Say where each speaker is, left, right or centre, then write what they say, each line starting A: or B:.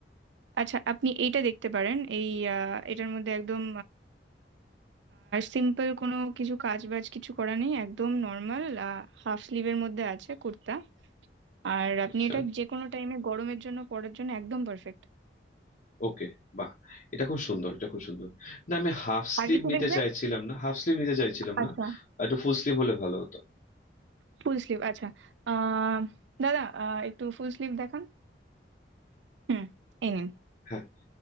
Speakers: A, on the right; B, on the left.
A: আচ্ছা আপনি এইটা দেখতে পারেন এই আহ, এটার মধ্যে একদম সিম্পল কোনো কিছু কাজ বাজ কিছু করা নেই একদম নর্মাল হাফ স্লিভের মধ্যে আছে কুর্তা আর আপনি
B: আচ্ছা
A: এটা যে কোনো টাইমে গরমের জন্য পরার জন্য একদম পারফেক্ট
B: ওকে বাহ এটা খুব সুন্দর এটা খুব সুন্দর না আমি হাফ স্লিভ
A: আর কিছু
B: নিতে
A: দেখবেন
B: চাইছিলাম না হাফ স্লিভ নিতে চাইছিলাম
A: আচ্ছা
B: না একটু ফুল স্লিভ হলে ভালো হতো
A: ফুল স্লিভ আচ্ছা আহ দাদা আহ, একটু ফুল স্লিভ দেখান হুম এই নিন
B: হ্যাঁ,